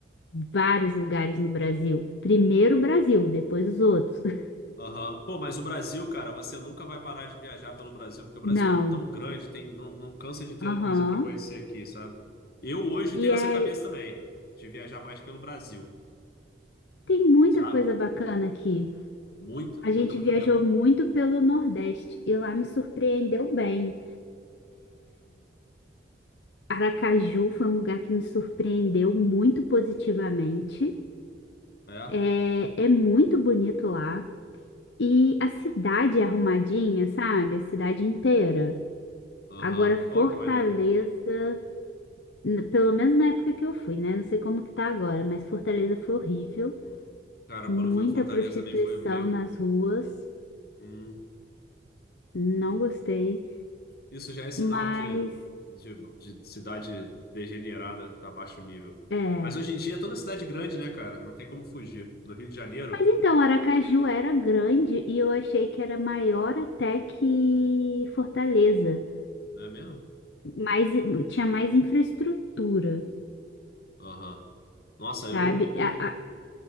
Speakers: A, on the left; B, on the left.
A: vários lugares no Brasil. Primeiro o Brasil, depois os outros. <laughs>
B: Aham. Pô, mas o Brasil, cara, você nunca vai parar de viajar pelo Brasil, porque o Brasil
A: Não.
B: é tão grande, tem, não, não cansa de ter
A: Aham.
B: coisa pra conhecer aqui, sabe? Eu hoje
A: E
B: tenho essa
A: aí
B: cabeça também, de viajar mais pelo Brasil,
A: tem muita
B: sabe?
A: coisa bacana aqui.
B: Muita,
A: A
B: muita,
A: gente
B: muita
A: viajou
B: mesmo.
A: muito pelo Nordeste e lá me surpreendeu bem. Aracaju foi um lugar que me surpreendeu muito positivamente.
B: É?
A: É, é muito bonito lá. E a cidade é arrumadinha, sabe? A cidade inteira.
B: Aham.
A: Agora, Fortaleza,
B: Ó, que maneiro.
A: n- pelo menos na época que eu fui, né? Não sei como que tá agora, mas Fortaleza foi horrível.
B: Cara,
A: Muita
B: quando foi o Fortaleza
A: prostituição
B: também foi meio.
A: nas ruas.
B: hum,
A: Não gostei.
B: Isso já é sinal
A: Mas,
B: de, de, de cidade degenerada, tá baixo nível.
A: é.
B: Mas hoje em dia é toda cidade grande, né, cara? Não tem como fugir. No Rio de Janeiro,
A: Mas então, Aracaju era grande e eu achei que era maior até que Fortaleza.
B: é mesmo?
A: Mais, tinha mais infraestrutura,
B: Aham. Nossa, eu,
A: sabe?
B: eu,
A: A- a-